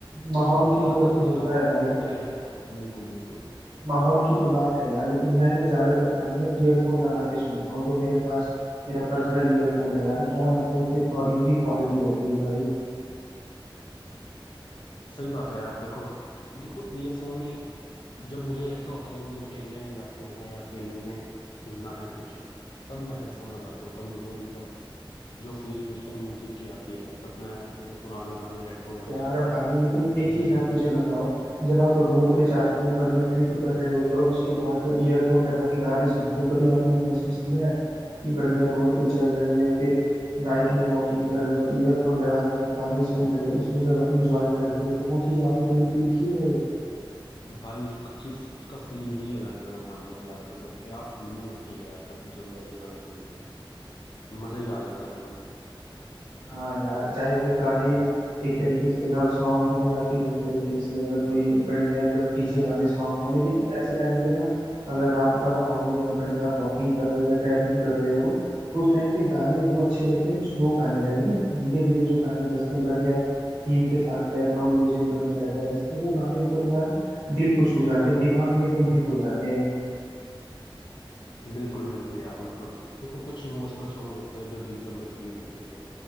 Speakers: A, on the right; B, on the left.
A: माहौल के
B: बात
A: ऊपर
B: है
A: तो होता
B: कि आप
A: है भाई
B: मूड कैसा है बिल्कुल बिल्कुल
A: माहौल की तो बात है यार लेकिन मैं ना ज्यादातर गाने में ईयरफोन लगा के सुनता हूँ जो मेरे पास मेरा पर्सनल ईयरफोन है यार क्या मतलब उसमें ऑडियो की क्वालिटी रहती है भाई
B: सही बात है यार देखो देखो ईयरफोन में जब मुझे ऐसा होता है कि मुझे अकेले में बैठना है या अकेले में सुनना है कुछ तब मैं हेडफोन लगाता हूँ तब मुझे मतलब जो फील उस टाइम म्यूजिक की आती है तब मैं मतलब पुराने गाने रेट्रो गाने
A: यार
B: सुनता
A: भाई
B: हूँ
A: लेकिन एक
B: जैसे
A: चीज आप मुझे बताओ जब आप रोड पे जाते हो बढ़िया ट्रिप कर रहे होते हो और उसके बाद जब ईयरफोन लगा के गाने सुनते हो कभी आपने महसूस किया है कि बढ़िया रोड पे चल रहे हो या फिर नाइट में वॉकिंग कर रहे हो और ईयरफोन लगा के आप गाने सुन रहे हो उसमें जब आप इंजॉय करते हो तो वो चीज आपने कभी फील की है भाई
B: भाई उसकी उसका फील ही अलग है मैं मानता हूँ यार मतलब क्या फीलिंग आती है यार तब जब वैसे गाने सुनते हैं मजा ही आ जाता है भाई
A: हाँ यार चाहे वो गाने एक तरीके से लव सॉन्ग हो या फिर एक तरीके से अगर कोई बढ़िया एकदम डीजे वाले सॉन्ग हो लेकिन ऐसे टाइम पे ना अगर रात का माहौल हो और बढ़िया आप वॉकिंग कर रहे हो या ट्रैवलिंग कर रहे हो तो उस टाइम पे गाने वो अच्छे लगते हैं जो स्लो गाने रहते हैं ना धीरे धीरे जो गाने बजते हैं बढ़िया थीम के साथ बैकग्राउंड म्यूजिक बढ़िया रहता है जिसमें वो गाने एकदम यार दिल को छू जाते हैं दिमाग में एकदम हिट हो जाते हैं
B: बिल्कुल बिल्कुल यार मतलब देखो कुछ इमोशनल सॉन्ग होते हैं जो दिल के बड़े करीब होते हैं